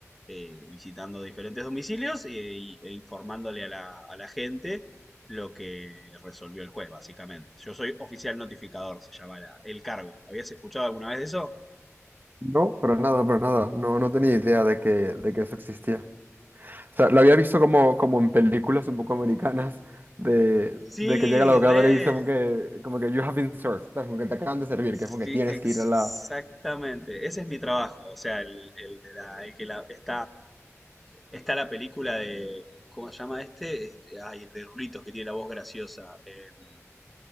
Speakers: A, in the centre; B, on the right.
A: eh, visitando diferentes domicilios e, e informándole a la, a la gente lo que resolvió el juez, básicamente. Yo soy oficial notificador, se llama la- el cargo. ¿Habías escuchado alguna vez de eso?
B: No, pero nada, pero nada. No, no tenía idea de que, de que eso existía. O sea, lo había visto como, como en películas un poco americanas de,
A: Sí,
B: de que llega la abogada
A: re.
B: y le dice como que, como que you have been served, ¿sabes? Como que te acaban de servir,
A: Sí,
B: que es como que tienes
A: exactamente.
B: que ir a la...
A: Ese es mi trabajo. O sea, el, el de la, el que la, está, está la película de, ¿cómo se llama este? Eh, Ay, el de Rulitos que tiene la voz graciosa. Em,